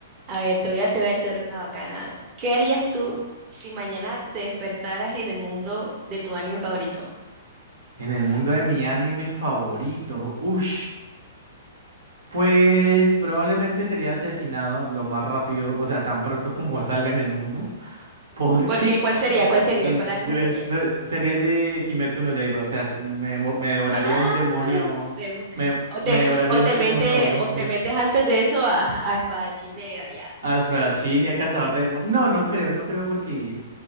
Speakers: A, on the right; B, on the right.
A: a ver, te voy a, te voy a te voy a dar una bacana. ¿Qué harías tú si mañana te despertaras en el mundo de tu anime favorito?
B: En el mundo de mi anime favorito, uff. Pues probablemente sería asesinado lo más rápido, o sea, tan pronto como salga en el mundo, porque
A: Porque, ¿cuál
B: <laughs>
A: sería? ¿Cuál sería?
B: es-
A: ¿Cuál anime
B: yo- es-
A: sería?
B: eh, sería el de Kimetsu no Yaiba, o sea, se- me, devo- me devoraría
A: Ah,
B: un demonio,
A: de una.
B: me,
A: O te,
B: me devoraría
A: o te
B: un demonio
A: mete,
B: o algo
A: o
B: así.
A: te metes antes de eso a, a Espadachín de allá.
B: Asparachín
A: Y-
B: y a cazador de demonios. No, no creo, no creo porque,